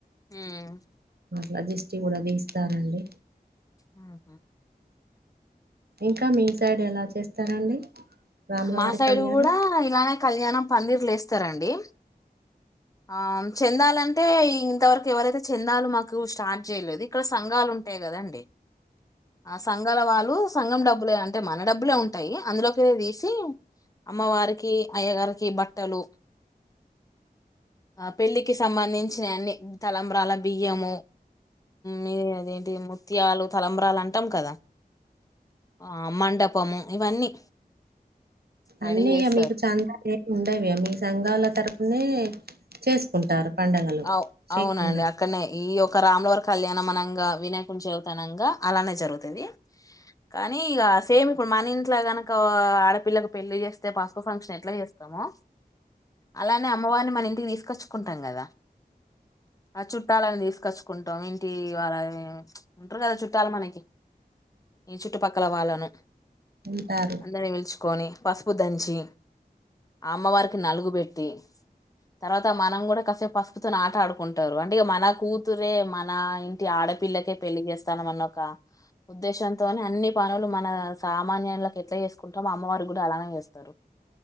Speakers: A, on the left (about 20°); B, on the right (about 75°).
A: ఉమ్.
B: అట్లా జిస్టి కూడా తీస్తారండి.
A: ఉం
B: ఇంకా మీ సైడ్ ఎలా చేస్తారండి. రాములవారి
A: మా సైడు
B: కళ్యాణం
A: కూడా ఇలానే కళ్యాణం పందిర్లు ఎస్తారండి. ఆ చెందాలంటే ఇంతవరకు ఎవరైతే చెందాలు మాకు స్టార్ట్ చేయలేదు ఇక్కడ సంఘాలు ఉం టయి కదండి. ఆ సంఘాల వాళ్ళు సంఘం డబ్బులే అంటే మన డబ్బులే ఉంటయి అందులోకె తీసి అమ్మవారికి అయ్యగారికి బట్టలు ఆ పెళ్లికి సంబంధించినయ్ అన్ని తలంబ్రాల బియ్యము. మీ అదేంటి ముత్యాలు తలంబ్రాలు అంటాం కదా. ఆ మండపము ఇవన్నీ
B: అన్నీ
A: రెడీ చేస్తారు
B: ఇక మీకు చంద ఉండవి మీ సంఘాల తరపునే చేసుకుంటారు. పండగలు
A: అవు
B: శ్రీరామనవమి
A: అవునండి అక్కడనే ఈయో ఒక రాములవారి కళ్యాణం మనంగా వినాయకుని చవితనంగా అలానే జరుగుతది. కానీ ఇగ సేమ్ ఇప్పుడు మన ఇంట్ల కనక ఆడపిల్లకి పెళ్ళి చేస్తే పసుపు ఫంక్షన్ ఎట్లా అయితది. మో అలానే అమ్మవారిని మన ఇంటికి తీసుకొచ్చుకుంటాం కదా. ఆ చుట్టాలని తీసుకొచ్చుకుంటాం ఇంటి వాళ్ళ ఉంటారు కదా చుట్టాలు మనకి ఈ చుట్టుపక్కల వాళ్ళను
B: ఉంటారు
A: అందరినీ పిలుచుకొని పసుపు దంచి అమ్మవారికి నలుగు పెట్టి తర్వాత మనం కూడా కాసేపు పస్ తోని ఆట ఆడుకుంటారు అంటే మన కూతురే మన ఇంటి ఆడపిల్లకే పెళ్లి చేస్తానమన్న ఒక ఉద్దేశంతోనే అన్ని పనులు మన సామాన్యులకి ఎట్లా చేసుకుంటామో అమ్మవారు కూడా అలానే చేస్తారు.